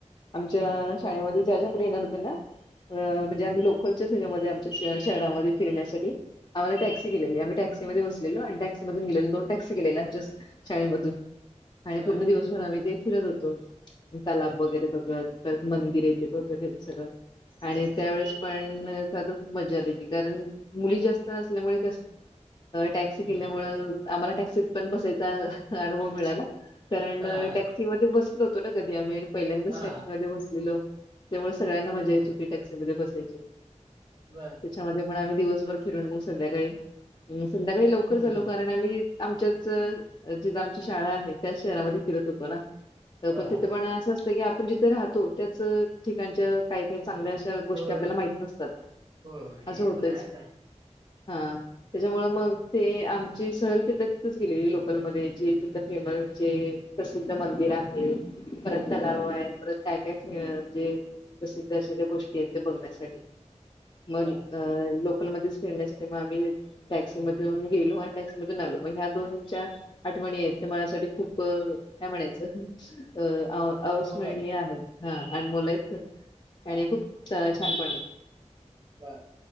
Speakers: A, on the left; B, on the right.
A: आमच्या
B: हा
A: शाळे ज मु येणार हो ना म्हणजे
B: हा,
A: आम्ही लोकलच्या त्याच्यामध्ये आमच्या शहरामध्ये फिरण्यासाठी आम्हाला टॅक्सी केलेली आम्ही टॅक्सीध्ये बसलेलो आणि टॅक्सीधून गेलेलो दोन टॅक्सी केले जस्ट शाळेमधून आणि
B: बर
A: पूर्ण दिवस घर आम ते फिरत होतो तलाब
B: हा
A: वगैरे बघत परत मंदिर येते बघत हे सगळं आणि
B: बर
A: त्यावेळेस पण तर खूप मज्जा आले त कारण मुली जास्त नल्यामुळे टॅक्सी
B: हम्म
A: केल्यामुळे आम्हाला टॅक्सीत पण बसायच अनुभव मिळाला कारण
B: हा हा
A: टॅक्सी म बसत जाततो ना कधी आम्ही आणि पहिल्यांदच
B: हा
A: टॅक्सी
B: हा
A: मध्ये बसत ो त्यामुळे सगळ्यांना मजा
B: हम्म
A: येत होती टॅक्सी मध्ये बसायची
B: नाहीय
A: त्याच्यामध्ये पण आम्ही दिवसभर फिरून मग संध्याकाळी संध्याकाळी लवकर
B: हम्म
A: झालो
B: हम्म
A: कारण आम्ही आमच्याच जी आमची शाळा आहे त्या शहरामध्ये फिरत होतो ना
B: हा
A: पण तिथं
B: हा
A: पण असं असतं की आपण जिथे राहतो त्याच ठिकाणच्या काही काही चांगल्या अस गोष्टी
B: होय होय
A: आपल्याला माहित नसतात
B: होय होय
A: असं
B: हे
A: होत
B: पण आहे का
A: हा त्याच्यामुळं मग ते आमची सहल तिथलं तिथच गेलेली लोकलमध्ये जे तिथलं फेमस जे प्रसिद्ध मंदिर
B: हा
A: आहे परत तलाव
B: हम्म
A: आहे परत काय काये जे प्रसिद्ध असे ज गोष्टी आहेत ते बघण्यासाठी मग
B: हा
A: अ लोकलमध्येध्येच फिरण्यासाठी मग आम्ही टॅक्सी मधून गेलो आणि टॅक्सीमधून आलो मग ह्या दोन ज्या आठवणी आहेत त्या माझसाठी खूप काय म्हणायचं अ अवस्मरणीय
B: आणि बोलायचं
A: आहेत हा आणि मुलात आणि
B: हा
A: खूप छानपण
B: बर